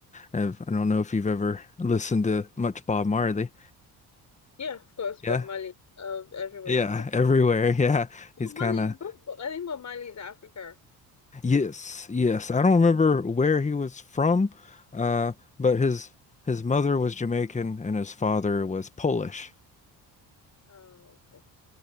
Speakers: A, on the left; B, on the left.
A: Uh, I don't know if you've ever listened to much Bob Marley.
B: Yeah, of course, Bob
A: Yeah,
B: Marley uh, everywhere.
A: yeah,
B: <laughs>
A: everywhere. <laughs> Yeah, he's
B: Bob
A: kind
B: Marley
A: of
B: is Bob, I think Bob Marley is Africa.
A: Yes, yes. I don't remember where he was from, uh, but his his mother was Jamaican and his father was Polish.
B: Oh, okay.